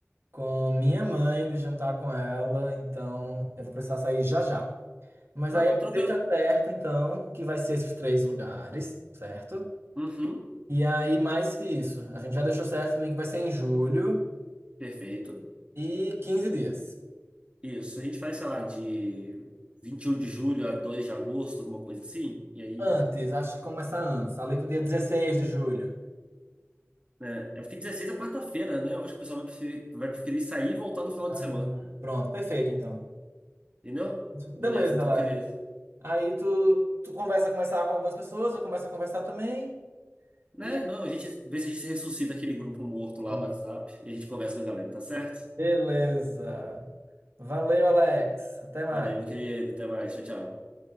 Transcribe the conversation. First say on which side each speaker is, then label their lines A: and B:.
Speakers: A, on the right; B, on the right.
A: com minha mãe de jantar com ela, então eu vou precisar sair já já. Mas
B: Não,
A: aí
B: não, tranquilo.
A: deixa certo, então, que vai ser esses três lugares, certo?
B: Uhum,
A: E aí, mais que isso, a gente já deixou certo também que vai ser em julho
B: perfeito.
A: e quinze dias.
B: Isso, a gente faz, sei lá, de 21 de julho a 2 de agosto, alguma coisa assim. E aí.
A: Antes, acho que começa antes, ali pro dia 16 de julho.
B: né? É porque 16 é quarta-feira, né? Eu acho que o pessoal vai preferir, vai preferir sair e voltar no final
A: Ah,
B: de semana.
A: Pronto, perfeito, então.
B: Entendeu?
A: Beleza,
B: Beleza, então,
A: Alex.
B: querido.
A: Aí tu, tu conversa, conversar com algumas pessoas, eu começo a conversar também.
B: Né?
A: E é
B: Não, a gente vê se a gente ressuscita aquele grupo morto lá
A: pronto.
B: do WhatsApp e a gente conversa com a galera, tá certo?
A: Beleza. Valeu, Alex. Até mais.
B: Valeu, meu querido. Até mais. Tchau, tchau.